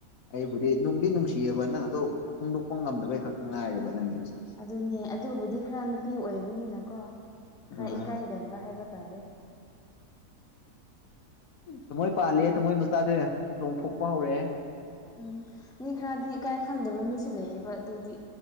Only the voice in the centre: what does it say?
ꯑꯗꯨꯅꯦ ꯑꯗꯨꯕꯨꯗꯤ ꯈꯔ ꯅꯨꯄꯤ ꯑꯣꯏꯕꯅꯤꯅꯀꯣ
ꯈꯔ ꯏꯀꯥꯏꯒꯟꯕ ꯍꯥꯏꯕ ꯇꯔꯦ
ꯎꯝ ꯃꯤ ꯈꯔꯗꯤ ꯏꯀꯥꯏ ꯈꯪꯗꯕ ꯃꯤꯁꯨ ꯂꯩꯌꯦꯕ ꯑꯗꯨꯗꯤ